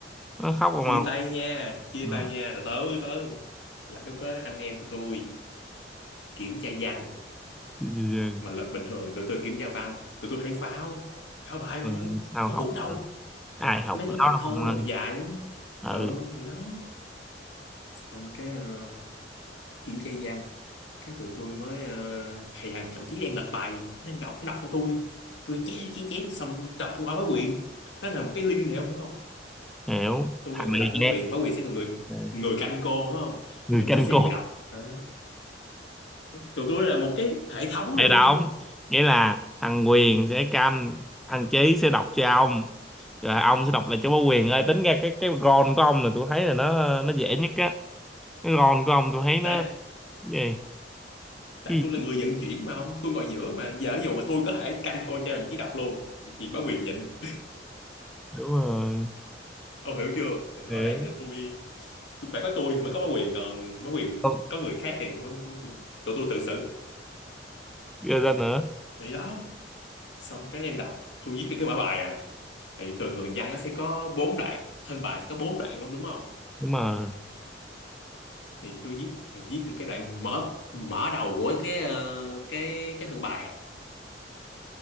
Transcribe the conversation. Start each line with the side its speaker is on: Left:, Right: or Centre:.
Centre: nó khóc không
Left: chia
Centre: không
Left: tay nha chia
Centre: ừ.
Left: tay nha từ từ từ là lúc đó anh em tụi tôi kiểm tra văn
Centre: Ừ.
Left: mà là bình thường tụi tôi kiểm tra văn tụi tôi hay phao phao bài
Centre: Ừ.
Left: mà
Centre: sao
Left: có
Centre: học
Left: hụt
Centre: được
Left: đâu
Centre: ai học
Left: mấy
Centre: đó
Left: cái bài
Centre: là
Left: thơ
Centre: con
Left: đồ
Centre: ơi
Left: dài lắm
Centre: ừ
Left: ừ thì đó xong cái ờ, kiểm tra văn cái tụi tôi mới ờ, thầy Hằng thậm chí đang lật bài nó đang đọc nó đọc cho tôi tôi đang chép chép chép xong đọc qua báo quyền đó là một cái link này không hiểu không
Centre: hiểu
Left: tôi
Centre: thằng
Left: là người
Centre: này
Left: đọc báo
Centre: nhé
Left: quyền báo quyền sẽ là người
Centre: Ừ.
Left: người canh cô đúng không
Centre: người
Left: Rồi thậm
Centre: canh
Left: chí sẽ
Centre: cô
Left: là người đọc đó. tụi tôi là một cái hệ thống
Centre: đây
Left: luôn
Centre: đóng
Left: á đúng không
Centre: nghĩa là thằng Quyền sẽ canh thằng Chí sẽ đọc cho ông rồi ông sẽ đọc lại cho bố Quyền ơi tính ra cái cái ron của ông là tôi thấy là nó nó dễ nhất á cái ron của ông tôi thấy nó
Left: tại
Centre: gì
Left: tại
Centre: cái
Left: tôi là
Centre: gì?
Left: người vận chuyển mà không, tôi ngồi giữa mà giờ ví dụ mà tôi có thể canh cô cho đồng chí đọc luôn chị báo quyền nhịn
Centre: đúng rồi
Left: ông hiểu chưa thì rõ
Centre: Thế.
Left: ràng là tôi, tôi phải có tôi thì mới có bá quyền còn bá quyền
Centre: không
Left: có người khác thì bá- bá quyền- tụi tôi tự xử
Centre: ghê ra nữa
Left: thì đó xong cái đang đọc tôi viết được cái mở bài rồi thì thường thường văn nó sẽ có bốn đoạn thân bài có bốn đoạn không đúng không
Centre: đúng mà
Left: thì tôi viết viết được cái đoạn mở mở đầu của cái ờ, cái cái thân bài rồi